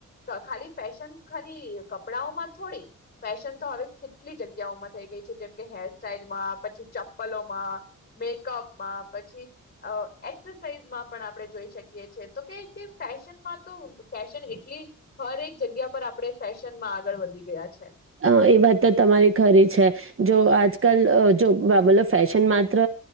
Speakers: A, on the left; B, on the right.
A: ખાલી ફેશન, ખાલી કપડાઓ માં થોડી ફેશન તો હવે કેટલી જગ્યાઓમાં થઈ ગઈ છે, જેમ કે હેરસ્ટાઈલમાં, પછી ચપ્પલોમાં, મેકઅપમાં પછી એક્સાઇઝમાં, પણ આપણે જોઈ શકીએ છીએ, તો કે ફેશનમાં તો ફેશન એટલી હરેક જગ્યા પર આપણે ફેશન ફેશન માં આગળ વધી ગયા છે.
B: અ એ વાત તો તમારી ખરી છે. જો આજકાલ, જો મતલબ ફેશન માત્ર